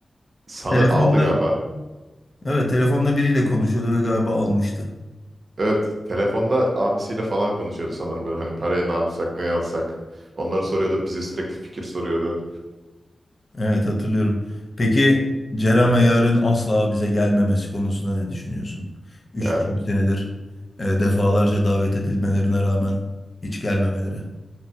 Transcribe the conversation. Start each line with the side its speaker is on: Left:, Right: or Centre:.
Right: Sanır
Left: Telefonda
Right: aldı galiba.
Left: evet telefonda biriyle konuşuyordu ve galiba almıştı.
Right: Evet, telefonda abisiyle falan konuşuyordu sanırım böyle hani paraya ne yapsak, ne alsak. Onları soruyordu, bize sürekli fikir soruyordu.
Left: Evet hatırlıyorum. Peki Ceren
Right: Hı.
Left: ve Yarın asla bize gelmemesi konusunda ne düşünüyorsun? Üç
Right: Ya
Left: buçuk senedir e, defalarca davet edilmelerine rağmen hiç gelmemeleri.